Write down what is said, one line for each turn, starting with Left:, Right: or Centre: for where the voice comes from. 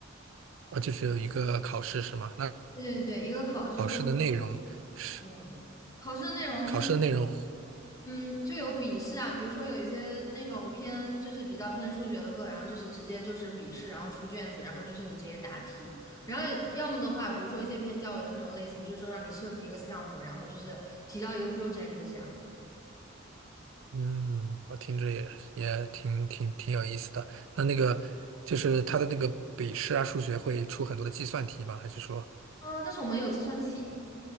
Right: 啊，就只有一个考试是吗？那
Left: 对对对，一个考试或者
Right: 考试的内容是
Left: 对，考试的内容就是，
Right: 考试的内容。
Left: 嗯，就有笔试啊，比如说有一些那种偏就是比较偏数学的课，然后就是直接就是笔试，然后出卷子，然后就是你直接答题。然后要么的话，比如说一些偏教育的那种类型，就是说让你设计一个项目，然后就是提交一个 project 这样。
Right: 嗯，我听着也也挺挺挺有意思的。那那个就是他的那个笔试啊，数学会出很多的计算题吧？还是说，
Left: 啊、但是我们有计算器。